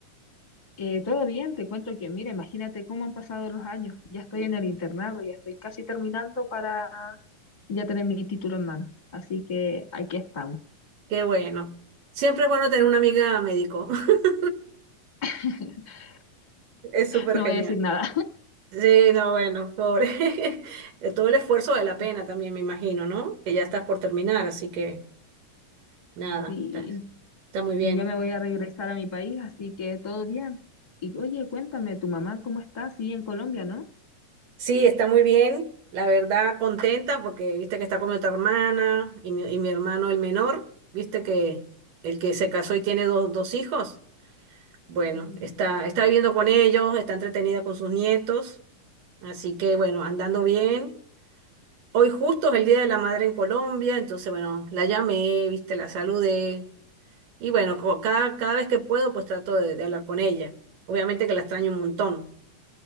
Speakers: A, on the left (about 20°); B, on the right (about 80°).
A: Eh, todo bien, te cuento que, mira, imagínate cómo han pasado los años. Ya estoy en el internado, ya estoy casi terminando para ya tener mi título en mano. Así que aquí estamos.
B: Qué bueno. Siempre es bueno tener una amiga médico, <laughs>
A: <laughs>
B: es súper
A: No
B: genial.
A: voy a decir nada.
B: Sí, no, bueno, pobre. <laughs> De todo el esfuerzo vale la pena
A: <laughs>
B: también, me imagino, ¿no? Que ya estás por terminar, así que nada,
A: Sí,
B: está, está muy bien.
A: y ya me voy a regresar a mi país, así que todo bien. Y oye, cuéntame, tu mamá, ¿cómo está? Sí, en Colombia, ¿no?
B: Sí, está muy bien. La verdad, contenta porque viste que está con mi otra hermana y mi, y mi hermano el menor, viste que el que se casó y tiene dos, dos hijos. Bueno,
A: Oye,
B: está, está viviendo con ellos, está entretenida con sus nietos. Así que bueno, andando bien. Hoy justo es el Día de la Madre en Colombia, entonces bueno, la llamé, viste, la saludé. Y bueno, co- cada, cada vez que puedo, pues trato de, de hablar con ella. Obviamente que la extraño un montón.